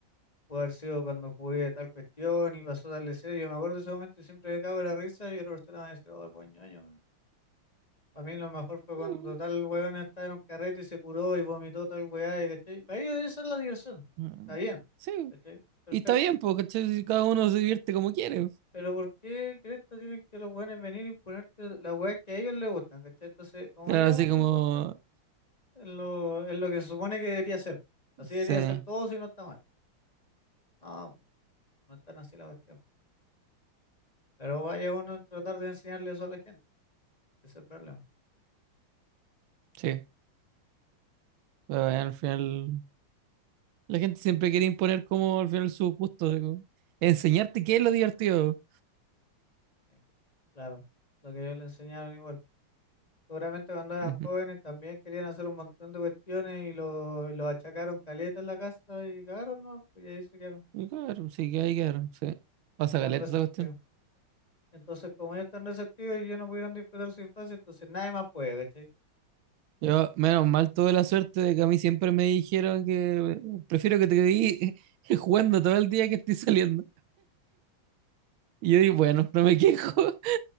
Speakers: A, on the left; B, on the right.
A: puede haber sido cuando jugué tal cuestión y pasó tal escena, yo me acuerdo de ese momento y siempre me cago en la risa y otra persona me dice, oh, el buen ñoño, Para mí lo mejor fue cuando
B: Mm,
A: tal weón estaba en un carrete y se curó y vomitó tal weá, y ¿cachai? Para ellos esa es la diversión.
B: mm,
A: Está bien,
B: Sí,
A: ¿cachai? Perfecto.
B: y está bien, porque cada uno se divierte como quiere.
A: Pero ¿por qué cresta tienen que los weones venir y ponerte las weas que a ellos les gustan, ¿cachai? Entonces, como
B: Claro,
A: a ellos
B: así
A: les
B: como,
A: gustan, es lo, es lo que se supone que debería ser. Así
B: sí,
A: debería ser todo si no está mal. No, no es tan así la cuestión. Pero vaya uno a tratar de enseñarle eso a la gente. Ese es el problema.
B: sí, pero bueno, al final la gente siempre quiere imponer como al final su gusto, de como enseñarte qué es lo divertido.
A: Sí, Claro, lo que ellos le enseñaron igual. Seguramente cuando eran
B: Ujú.
A: jóvenes también querían hacer un montón de cuestiones y lo, y lo achacaron caleta en la casa y cagaron, ¿no? Pues y ahí se quedaron,
B: Y claro, sí, que hay que ver, sí. Pasa
A: quedaron
B: caleta
A: resentidos.
B: esa cuestión.
A: Entonces, como ellos están resentidos y ellos no pudieron disfrutar su infancia, entonces nadie más puede, ¿cachai?
B: Yo, menos mal, tuve la suerte de que a mí siempre me dijeron que eh, prefiero que te quedes <laughs> jugando todo el día que estoy saliendo. Y yo dije, bueno, no me quejo.